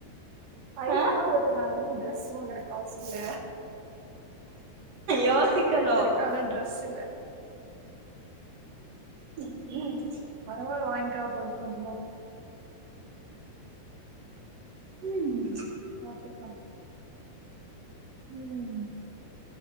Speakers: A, on the right; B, on the right.
A: ஐஃபோன்
B: ஆ
A: இருக்குறனால தான ட்ரெஸ் வாங்குற காசு இல்ல
B: யோசிக்கணு
A: ஐஃபோன் இருக்கு ஆனா ட்ரெஸ் இல்ல
B: க் ஏய்
A: பரவால வாங்கிலா கொஞ்ச கொஞ்சமா
B: ம்
A: பாத்துக்கலா ம்